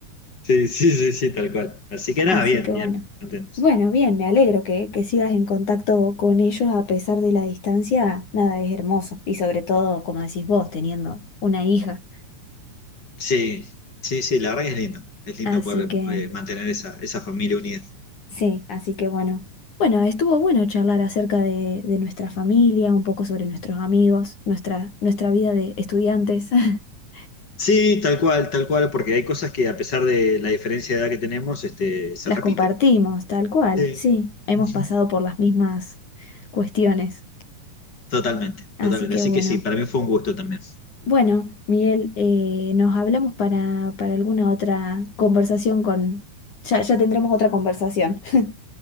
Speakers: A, on the left; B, on the left.
A: Sí, sí, sí, sí, tal cual. Así que
B: Así
A: nada, bien,
B: que
A: bien,
B: bueno.
A: contentos.
B: Bueno, bien, me alegro que, que sigas en contacto con ellos a pesar de la distancia. Nada, es hermoso. Y sobre todo, como decís vos, teniendo una hija.
A: Sí, sí, sí, la verdad que es lindo. Es lindo
B: Así
A: poder
B: que,
A: eh, mantener esa, esa familia unida.
B: sí, así que bueno. Bueno, estuvo bueno charlar acerca de, de nuestra familia, un poco sobre nuestros amigos, nuestra, nuestra vida de estudiantes. <laughs>
A: Sí, tal cual, tal cual, porque hay cosas que a pesar de la diferencia de edad que tenemos, este, se
B: Las
A: repiten.
B: compartimos, tal cual,
A: Sí.
B: sí. Hemos
A: Ujú.
B: pasado por las mismas cuestiones.
A: Totalmente,
B: Así
A: totalmente.
B: que
A: Así
B: bueno.
A: que sí, para mí fue un gusto también.
B: Bueno, Miguel, eh, nos hablamos para, para alguna otra conversación con... Ya, ya tendremos otra conversación. <laughs>